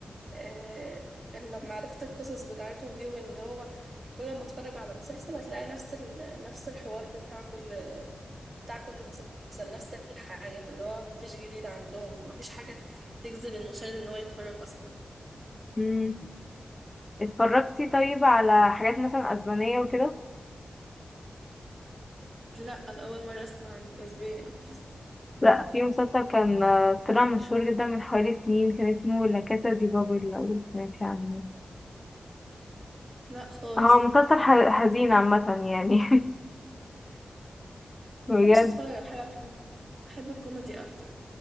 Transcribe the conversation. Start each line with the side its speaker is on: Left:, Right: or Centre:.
Right: آه، لما عرفت القصص بتاعتهم دي وان هو كل ما اتفرج على مسلسل هتلاقي نفس ال... نفس الحوار بتاع كل بتاع كل مسلسل نفس الحاجة فاللي هو ما فيش جديد عندهم ما فيش حاجة تجذب المشاهد ان هو يتفرج اصلا
Left: مم. اتفرجتي طيب على حاجات مثلا اسبانية وكده
Right: لا انا اول مرة اسمع عن الاسباني اصلا
Left: لا في مسلسل كان آه، طلع مشهور جدا من حوالي سنين كان اسمه لا كاسا دي بابل لو سمعتي عنه
Right: لا خالص
Left: هو مسلسل ح- حزين عامة يعني <laughs>
Right: ما
Left: بجد
Right: بحبش اتفرج على الحاجة الحزينة بحب الكوميدي اكتر